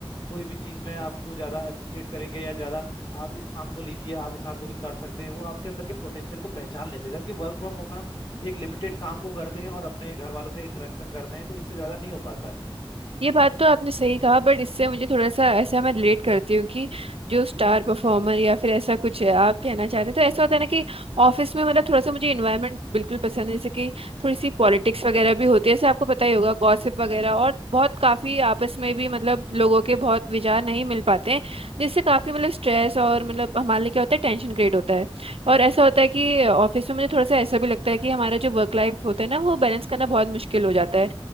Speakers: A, on the left; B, on the right.
A: कोई भी चीज़ में आपको ज़्यादा अप्रिशिएट करेंगे या ज़्यादा आप इस काम को लीजिए आप इस काम को भी कर सकते हैं वो आपके अंदर के पोटेंशियल को पहचान लेते हैं जबकि वर्क फ्रॉम होम में हम एक लिमिटेड काम को करते हैं और अपने घर वालों से इंटरेक्शन करते हैं तो इससे ज्यादा नहीं हो पाता है
B: ये बात तो आपने सही कहा बट इससे मुझे थोड़ा सा ऐसा मैं रिलेट करती हूँ कि जो स्टार परफॉर्मर या फिर ऐसा कुछ है आप कहना चाहते हैं तो ऐसा होता है ना कि ऑफिस में मतलब थोड़ा सा मुझे इन्वायरमेंट बिल्कुल पसंद है जैसे कि थोड़ी सी पॉलिटिक्स वगैरह भी होती है जैसे आपको पता ही होगा गॉसिप वगैरह और बहुत काफी आपस में भी मतलब लोगों के बहुत विचार नहीं मिल पाते हैं जिससे काफी मतलब स्ट्रेस और मतलब हमारे लिए क्या होता है टेंशन क्रिएट होता है और ऐसा होता है कि ऑफिस में मुझे थोड़ा सा ऐसा भी लगता है कि हमारा जो वर्क लाइफ होता है ना वो बैलेंस करना बहुत मुश्किल हो जाता है